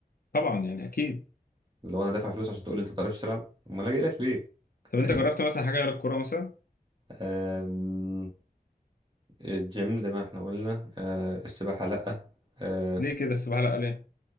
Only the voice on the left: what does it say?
طبعا يعني اكيد
طب
انت جربت مثلا حاجة غير الكورة مثلا
ليه كده السباحة لا ليه